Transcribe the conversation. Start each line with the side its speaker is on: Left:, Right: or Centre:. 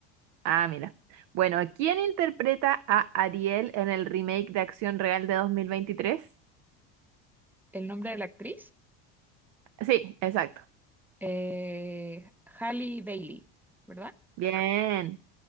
Right: Ah, mira. Bueno, ¿quién interpreta a Ariel en el remake de Acción Real de dos mil veintitrés
Centre: El nombre de la actriz,
Right: Sí, exacto.
Centre: eh, Halle Bailey, ¿verdad?
Right: Bien.